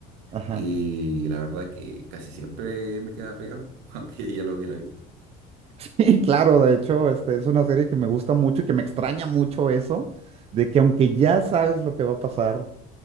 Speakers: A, on the right; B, on the right.
A: ajá.
B: y la verdad que casi siempre me quedaba pegado, <laughs> aunque ya lo hubiera visto.
A: <laughs> Y claro, de hecho, este, es una serie que me gusta mucho y que me extraña mucho eso, de que aunque ya sabes lo que va a pasar,